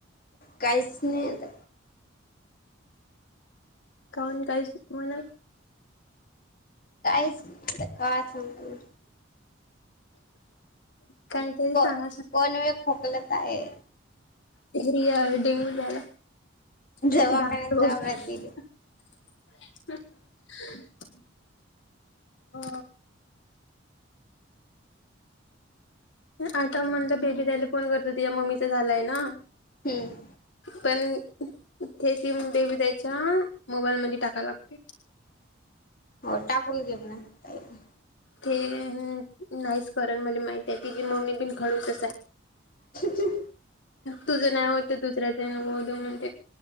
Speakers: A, on the left (about 45°); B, on the left (about 70°).
A: काहीच नाही आता.
B: काऊन कायच म्हणा.
A: काहीच नाही आता काय सांगु?
B: कायतरी
A: कोण
B: सांगा
A: कोण वेळ खोकलत आहे
B: <unintelligible> डेंग्यू झाला <unintelligible>
A: दवाखान्यात जावं लागतील
B: हो. आता म्हणलं बेबी ताई फोन करते तिज्या मम्मीचा झालाय ना.
A: हम्म.
B: पण तेे सिम बेबी ताई च्या मोबाईल मध्ये टाकाय लागतंय.
A: हो टाकून घे म्हण ताईले.
B: ते नाहीच करण मले माहित आहे तिची मम्मी बीण खडुस च हाय.
A: <unintelligible>
B: तुझं नाही होतये दुसऱ्याच मग होऊदे म्हणते.